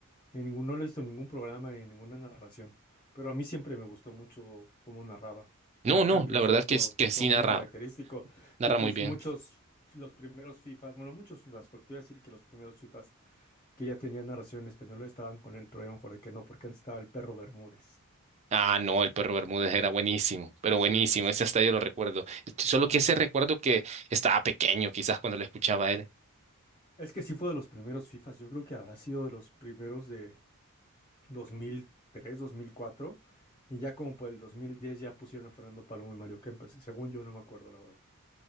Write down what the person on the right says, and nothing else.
No,
no,
la verdad
que, es- que sí
narra,
narra
muy bien.
Ah, no, el perro Bermúdez era buenísimo, pero
buenísimo,
ese hasta yo lo recuerdo. Solo que ese recuerdo que estaba pequeño, quizás cuando lo escuchaba él.